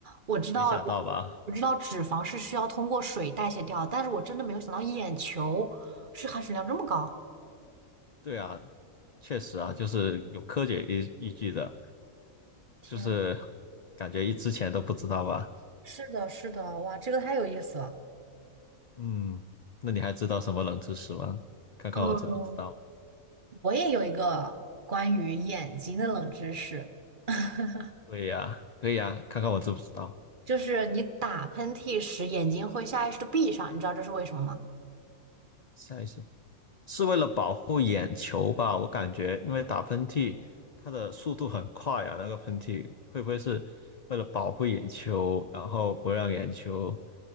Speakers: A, on the right; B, on the left.
A: 我知道了我
B: 没想到吧？
A: 我知道脂肪是需要通过水代谢掉，但是我真的没有想到眼球是含水量这么高。
B: 对啊，确实啊，就是有科学依依据的，就是
A: 天呐，
B: 感觉一之前都不知道吧？
A: 是的，是的，哇，这个太有意思了。
B: 嗯，那你还知道什么冷知识吗？看看我知不知道。
A: 嗯，我也有一个关于眼睛的冷知识，<laughs>
B: 对呀，可以呀，看看我知不知道。
A: 就是你打喷嚏时眼睛会下意识的闭上，你知道这是为什么吗？
B: 下一次是为了保护眼球吧？我感觉，因为打喷嚏，它的速度很快啊，那个喷嚏会不会是为了保护眼球，然后不让眼球